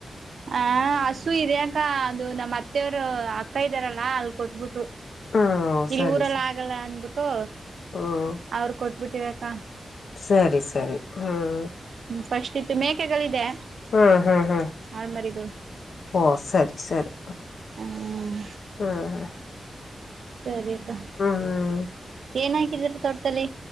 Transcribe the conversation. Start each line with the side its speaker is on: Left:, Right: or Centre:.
Right: ಆ ಹಸು ಇದೆಯ್ ಅಕ್ಕ ಅದು ನಮ್ಮ ಅತ್ತೆ ಅವರು ಅಕ್ಕ ಇದ್ದಾರಲ್ಲಾ ಅಲ್ ಕೊಟ್ಬಿಟ್ರು.
Left: ಹ್ಮ್
Right: ಇಲ್ಲಿ
Left: ಸರಿ
Right: ಊರೆಲ್ಲ
Left: ಸರಿ
Right: ಆಗಲ್ಲ ಅನ್ಬಿಟ್ಟು.
Left: ಹ್ಮ್
Right: ಅವರು ಕೊಟ್ಟು ಬಿಟ್ವಿ ಅಕ್ಕ
Left: ಸರಿ ಸರಿ ಹ್ಮ್
Right: ಫಸ್ಟ್ ಇತ್ತು ಮೇಕೆಗಳಿದೆ
Left: ಹ್ಮ್ ಹ್ಮ್ ಹ್ಮ್
Right: ಆಳ್ಮರಿಗಳು
Left: ಓ ಸರಿ ಸರಿ
Right: ಹ್ಮ್
Left: ಹ್ಮ್
Right: ಸರಿ ಅಕ್ಕ
Left: ಹ್ಮ್
Right: ಏನ್ ಹಾಕಿದ್ದೀರಾ ತೋಟತದಲ್ಲಿ.